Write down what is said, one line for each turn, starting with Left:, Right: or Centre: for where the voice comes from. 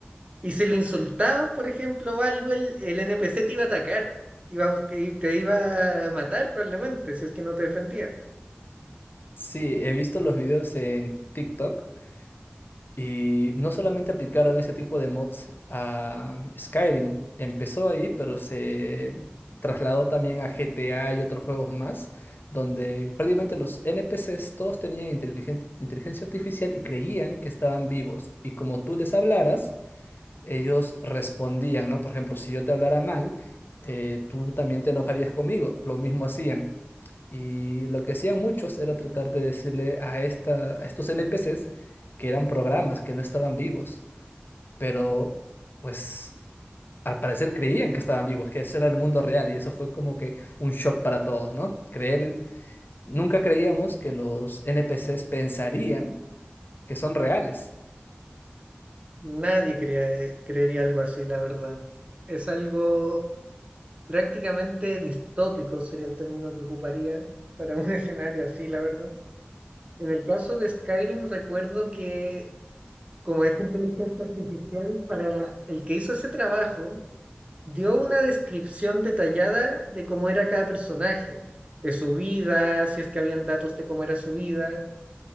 Right: y si lo insultabas, por ejemplo, o algo, el, el NPC te iba a atacar, iba a bus- y te iba a matar probablemente, si es que no te defendía.
Left: sí, he visto los videos en TikTok Y no solamente aplicaron ese tipo de mods a Skyrim, empezó ahí, pero se trasladó también a GTA y otros juegos más, donde prácticamente los NPCs todos tenían inteligen- inteligencia artificial y creían que estaban vivos. Y como tú les hablaras, ellos respondían, ¿no? Por ejemplo, si yo te hablara mal, eh, tú también te enojarías conmigo. Lo mismo hacían. Y lo que hacían muchos era tratar de decirle a, esta, a estos NPCs que eran programas, que no estaban vivos, pero pues al parecer creían que estaban vivos, que ese era el mundo real y eso fue como que un shock para todos, ¿no? Creer, nunca creíamos que los NPCs pensarían que son reales,
Right: Nadie crea- creería algo así, la verdad. Es algo prácticamente distópico, sería el término que ocuparía para un <laughs> escenario así, la verdad. En el caso de Skyrim, recuerdo que como es inteligencia artificial, para el que hizo ese trabajo, dio una descripción detallada de cómo era cada personaje, de su vida, si es que habían datos de cómo era su vida,